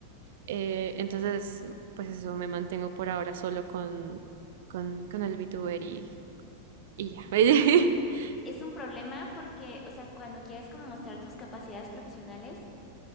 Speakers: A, on the right; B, on the left.
A: Eh, entonces, pues eso, me mantengo por ahora solo con, con, con el VTuber y, y ya. <laughs>
B: Es un problema porque, o sea, cuando quieres como mostrar tus capacidades profesionales